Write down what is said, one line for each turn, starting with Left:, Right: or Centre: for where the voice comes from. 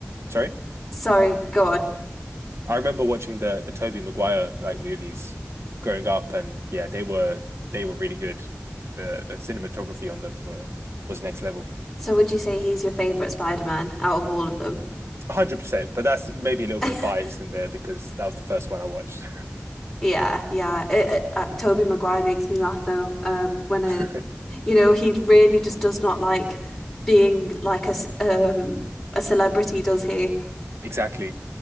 Right: Sorry?
Centre: Sorry, go on.
Right: I remember watching the the Tobey Maguire like movies growing up and yeah, they were they were really good. The the cinematography on them were was next level.
Centre: So would you say he's your favorite Spider-Man out of all of them?
Right: 100%, but that's maybe a little
Centre: <laughs>
Right: bit of bias in there because that was the first one I watched.
Centre: Yeah, yeah. It, it- uh, Tobey Maguire makes me laugh though. Um, when I,
Right: <laughs>
Centre: you know, he really just does not like being like a s- um a celebrity, does he?
Right: Exactly.